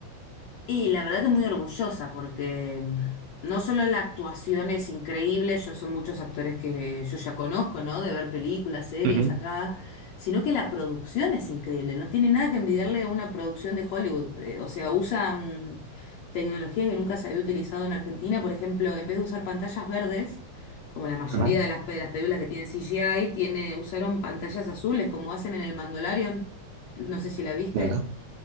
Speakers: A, on the left (about 75°); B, on the right (about 75°).
A: Y la verdad que muy orgullosa porque mm, no solo la actuación es increíble, yo son muchos actores que yo ya conozco, ¿no? De ver películas, series
B: Ujú.
A: acá, sino que la producción es increíble, no tiene nada que envidiarle a una producción de Hollywood, eh, o sea, usa mm, tecnología que nunca se había utilizado en Argentina, por ejemplo, en vez de usar pantallas verdes, como la mayoría
B: Ajá,
A: de las, pe- las películas que tienen CGI, tiene, usaron pantallas azules, como hacen en el Mandalorian, no sé si la viste
B: Claro.